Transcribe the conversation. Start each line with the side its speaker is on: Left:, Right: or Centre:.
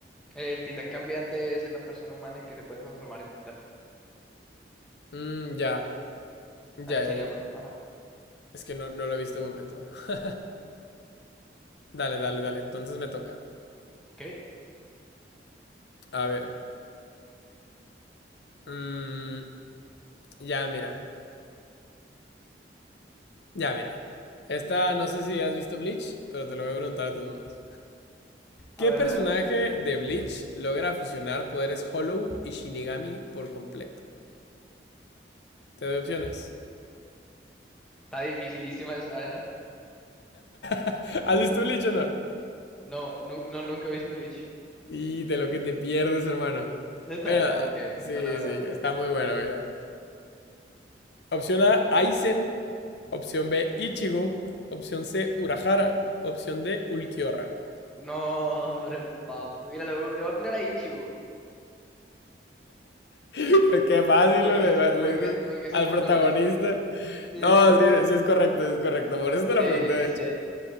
Centre: El titán cambiante es la persona humana que se puede transformar en titán.
Left: Mm, ya. Ya,
Centre: Así
Left: ya,
Centre: se llama.
Left: ya.
Centre: Ajá.
Left: Es que no, no lo he visto completo. <laughs> Dale, dale, dale. Entonces me toca.
Centre: ¿Qué?
Left: A ver. Mm, ya, mira. Ya, mira. Esta, no sé si has visto Bleach, pero te lo voy a preguntar a todos modos.
Centre: A
Left: ¿Qué
Centre: ver,
Left: personaje
Centre: a ver.
Left: de Bleach logra fusionar poderes Hollow y Shinigami por completo? Te doy opciones.
Centre: Está dificilísima esa, ¿eh?
Left: <laughs> ¿Has visto Bleach o no?
Centre: No, nu- no, nunca he visto Bleach.
Left: Y de lo que te pierdes, hermano.
Centre: ¿Neta?
Left: Bueno,
Centre: Ah, Ok,
Left: sí,
Centre: da- dale, dale,
Left: sí,
Centre: dale.
Left: está muy bueno, mira. Opción A, Aizen. Opción B, Ichigo. Opción C, Urahara. Opción D, Ulquiorra.
Centre: No, hombre, papu. Mira, le, voy le voy a tirar a Ichigo.
Left: <laughs> Pues qué fácil,
Centre: Porque
Left: ¿no? le,
Centre: es, el-
Left: le
Centre: porque,
Left: dices
Centre: porque es
Left: al
Centre: el protagonista,
Left: protagonista.
Centre: pues. Sí,
Left: No,
Centre: sí.
Left: sí, sí es correcto, sí es correcto. Por eso te
Centre: Sí,
Left: lo pregunté, de hecho.
Centre: sí.